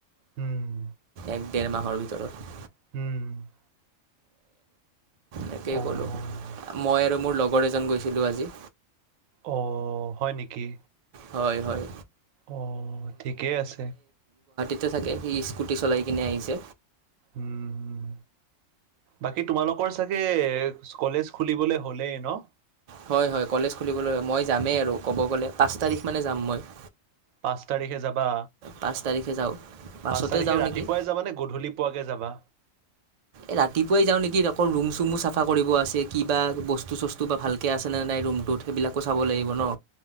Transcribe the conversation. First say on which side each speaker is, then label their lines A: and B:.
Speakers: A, on the right; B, on the right.
A: উম
B: ডেৰ মাহৰ ভিতৰত
A: উম
B: তাকেই
A: অ',
B: ক'লোঁ মই আৰু মোৰ লগৰ এজন গৈছিলোঁ আজি
A: অ হয় নিকি
B: হয় হয়
A: অ ঠিকেই আছে
B: তাতে থাকে সি স্কুটি চলাই কিনে আহিছে
A: উম হম বাকী তোমালোকৰ চাগে কলেজ খুলিবলে হ'লেই ন
B: হয় হয় কলেজ খুলিবলৈ মই যামেই আৰু ক'ব গ'লে পাঁচ তাৰিখ মানে যাম মই
A: পাঁচ তাৰিখে যাবা
B: পাঁচ তাৰিখে যাওঁ বাছতে
A: পাঁচ তাৰিখে
B: যাওঁ
A: ৰাতিপুৱাই
B: নেকি
A: যাবা নে গধূলি পোৱাকে যাবা
B: এ ৰাতিপুৱাই যাওঁ নিকি অকল ৰুম চোমো চাফা কৰিব আছে কিবা বস্তু চস্তু বা ভালকে আছে নে নাই ৰুমটোত সেইবিলাকো চাব লাগিব ন